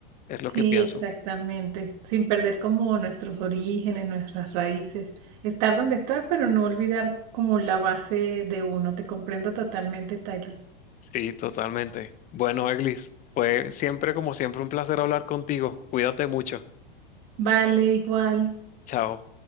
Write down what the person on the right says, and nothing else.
Sí,
exactamente. Sin perder como nuestros orígenes, nuestras raíces. Estar donde estar, pero no olvidar como la base de uno. Te comprendo totalmente, Tyler.
Vale, igual.